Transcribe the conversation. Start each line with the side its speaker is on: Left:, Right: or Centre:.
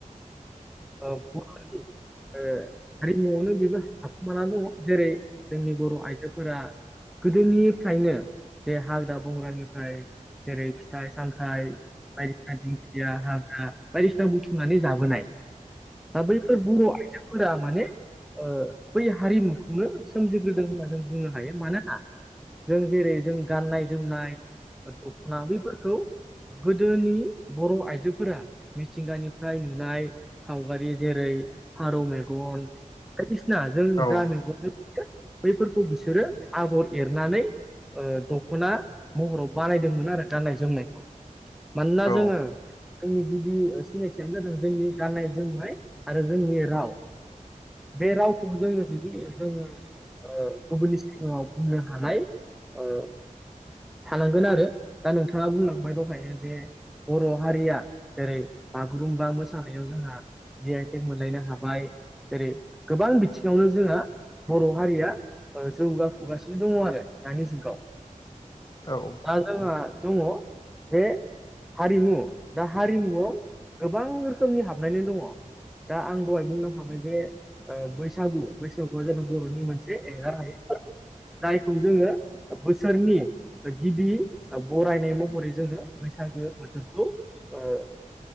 Centre: ओ बर' रावनि ओ हारिमुआवनो बेबो हाबखुमानानानै दङ जेरै जोंनि बर' आइजोफोरा गोदोनिफ्रायनो जे हाग्रा-बंग्रानिफ्राय जेरै फिथाइ-सामथाइ बायदिसिना दिंखिया हाग्रा बायदिसिना बुथुमनानै जाबोनाय। दा बैफोर बर' आइजोफोरा माने ओ बै हारिमुखौनो सोमजिग्रोदों होनना जों बुंनो हायो मानोना जों जेरै जों गाननाय-जोमनाय दखना बेैफोरखौ गोदोनि बर' आइजोफोरा मिथिंगानिफ्राय नुनाय सावगारि जेरै फारौ मेगन बायदिसिना जों
Left: औ
Centre: जा मेगनजों बैफोरखौ बिसोरो आगर एरनानै ओ दख'ना महराव बानायदोंमोन आरो गाननाय-जोमनायखौ मानोना
Left: औ
Centre: जोङो जोंनि गिबि सिनायथियानो जादों जोंनि गाननाय जोमनाय आरो जोंनि राव बे रावखौ जोङो जुदि जोङो ओ गुबुननि सिगाङाव बुंनो हानाय ओ थानांगोन आरो दा नोंथाङा बुंलांबाय दहायनो जे बर' हारिया जेरै बागुरुम्बा मोसानायाव जोंहा जि आइटेक मोनलायनो हाबाय जेरै गोबां बिथिङावनो जोंहा बर' हारिया ओ जौगाफुगासिनो दङ आरो दानि जुगाव।
Left: औ
Centre: दा जोंहा दङ बे हारिमु दा हारिमुआव गोबां रोखोमनि हाबनानै दङ। दा आं दहाय बुंलांखांबाय जे ओ बैसागु बैसागुआ जादों बर'नि मोनसे एंगार हायै फोरबो। जायखौ जोङो बोसोरनि गिबि बरायनाय महरै जोङो बैसागो बोथोरखौ ओ